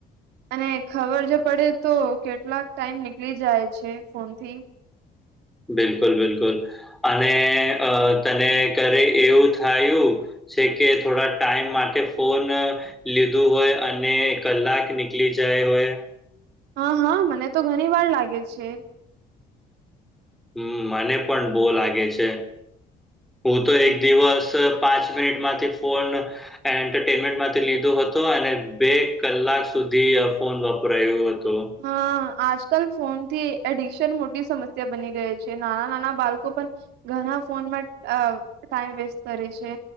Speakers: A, on the right; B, in the centre.
A: અને ખબર જો પડે તો કેટલાક ટાઈમ નીકળી જાય છે ફોનથી.
B: બિલકુલ બિલકુલ, અને તને ઘરે એવું થયું. છે કે થોડા ટાઈમ માટે ફોન લીધું હોય અને કલાક નીકળી જાય હોય?
A: હા હા મને તો ઘણી વાર લાગે છે.
B: હમ મને પણ બહ લાગે છે, હું તો
A: હમ
B: એક દિવસ પાંચ મિનિટમાંથી ફોન એન્ટરટેનમેન્ટ માંથી લીધો હતો અને બે કલાક સુધી આ ફોન વાપરાયું હતો. <inaudible>
A: હા આજકાલ ફોન થી એડિક્શન મોટી સમસ્યા બની ગઈ છે નાના નાના બાળકો પણ ઘણા ફોનમાં ટાઈમ વેસ્ટ કરે છે.